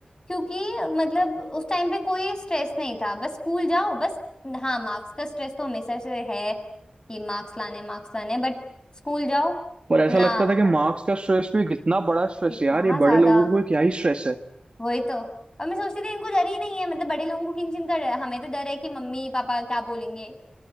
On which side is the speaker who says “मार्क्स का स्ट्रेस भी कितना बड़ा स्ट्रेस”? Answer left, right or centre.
Right